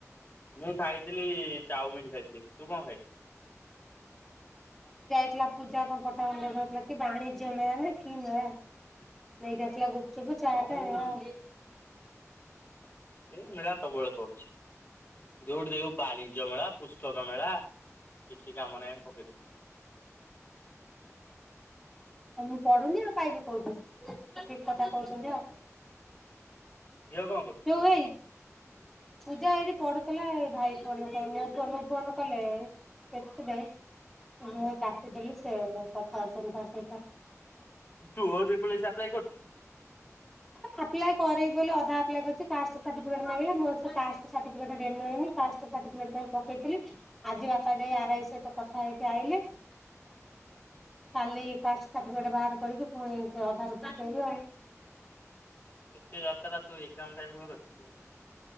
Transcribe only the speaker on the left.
ମୁଁ ଖାଇଥିଲି ଚାଉମିିନ ଖାଇଥିଲି ତୁ କଣ ଖାଇଲୁ।
ହଁ
ଏ ମେଳା ସବୁବେଳେ ପଡୁଛି, ଯୋଉଠି ଦେଖୁ ବାଣିଜ୍ୟ ମେଳା ପୁସ୍ତକ ମେଳା। କିଛି କାମ ନାହିଁ, ଏଠି ପକେଇଉଛି।
ଝିଅ କଣ କରୁଛି
ତୁ ଓଜି ପୋଲିସ ଆପ୍ଲାଏ କରୁଛୁ।
ଏତେ ଯାତ୍ରା ତ ଏକ୍ଜାମ ଟାଇମରେ ଅଛି।